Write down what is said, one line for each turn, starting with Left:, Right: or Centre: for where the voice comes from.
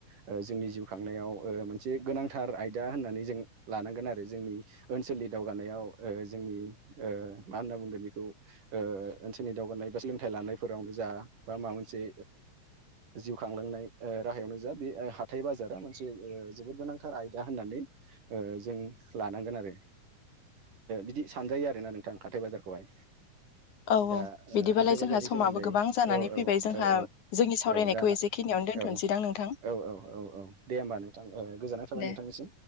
Right: जोंनि जिउ खांनायाव मोनसे गोनांथार आयदा होननानै जों लानांगोन आरो जोंनि ओनसोलनि दावगानायाव जोंनि मा होनना बुंगोन बेखौ ओनसोलनि दावगानाय बा सोलोंथाइ लानायफोरावनो जा बा माबा मोनसे जिउ खांलांनाय राहायावनो जा बे हाथाय बाजारा मोनसे जोबोद गोनांथार आयदा होननानै जों लानांगोन आरो बिदि सानजायो आरोना नोंथां हाथाइ बाजारखौहाय
Left: औ
Right: दा
Left: औ बिदिबालाय
Right: हाथाय बाजारनि
Left: जोंहा समाबो
Right: सोमोन्दै
Left: गोबां जानानै
Right: औ औ
Left: फैबाय जोंहा
Right: औ औ
Left: जोंनि सावरायनायखौ
Right: औ दा
Left: एसेखिनियावनो दोनथ'नोसैदां
Right: औ
Left: नोंथां
Right: औ औ औ औ दे होमबा नोंथां गोजोननाय थाबाय
Left: दे
Right: नोंथांनिसिम